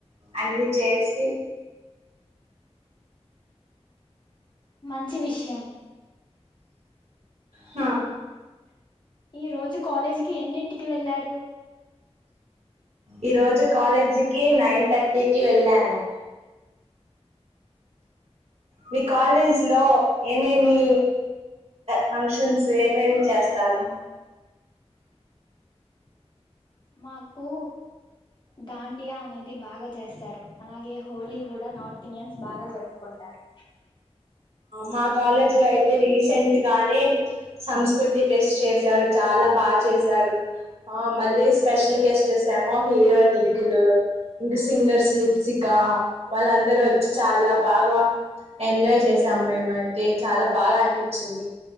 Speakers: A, on the right (about 65°); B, on the left (about 45°).
A: అన్ని చేసి
B: మంచి విషయం
A: హ
B: ఈ రోజు కాలేజీకి ఎన్నింటికి వెళ్లారు
A: ఈ రోజు కాలేజీకిి నైన్ తట్టికి వెళ్ళాను మీ కాలేజ్ లో ఏమేమి ఫంక్షన్స్ ఏమేమి చేస్తారు
B: మాకు దాండియా అనేది బాగా చేస్తారు అలాగే హోలీ కూడా నార్త్ ఇండియన్స్ బాగా జరుపుకుంటా టార్
A: మా కాలేజ్ లో అయితే రీసెంట్ గానే సంస్కృతి ఫెస్ట్ చేశారు చాలా బాగా చేశారు ఆ మళ్ళీ స్పెషల్ గెస్ట్ ఎస్ ఏమో హీరో నిఖిల్ ఇంకా సింగర్స్ లిప్సికా వాళ్ళ అందరూ వచ్చి చాలా బాగా ఎంజాయ్ చేస్ సామ్ మేం అయితే చాలా బాగా అనిపించింది